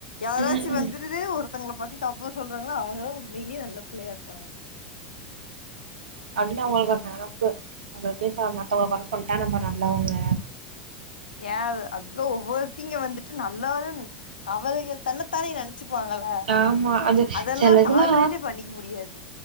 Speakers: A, on the left; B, on the right.
A: யாராச்சு
B: ம் ம்
A: வந்து இதுதே ஒருத்தங்கல பத்தி தப்ப சொல்றாங்ளா அவங்க தா உண்மையிலே நல்ல பிள்ளையா இருப்பாங்கப்பா
B: அப்டின்னு அவுங்களுக்கு ஒரு நெனப்பு நம்ப பேச்றேற மத்தவங்கள கொர சொல்லிட்டா நம்ம நல்லவங்க
A: ஏ அததா ஒவ்வொருத்திங்க வந்துட்டு நல்லரு அவரு தன்னைத்தானே நெனைச்சுக்குவாங்க
B: ஆமா அது
A: அதெல்லா
B: செலதுலா
A: டால்ரேட்டே பண்ணிக்க முடியாது